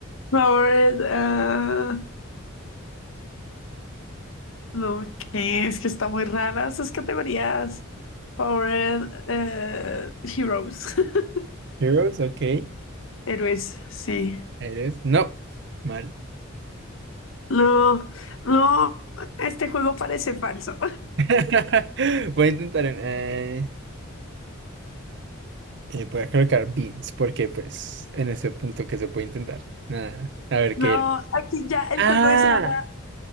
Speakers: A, on the left; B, on the right.
A: Robert. ah, no, ¿qué? Es que está muy rara esas categorías. Power eh, Heroes. <laughs>
B: Heroes, ok.
A: Héroes, sí.
B: Heroes, no, mal.
A: No, no, este juego parece falso.
B: <laughs> Voy a intentar, en- eh, eh, voy a colocar beans, porque pues en ese punto que se puede intentar. Nada, a ver
A: No,
B: qué era.
A: aquí ya el
B: Ah,
A: juego es ahora.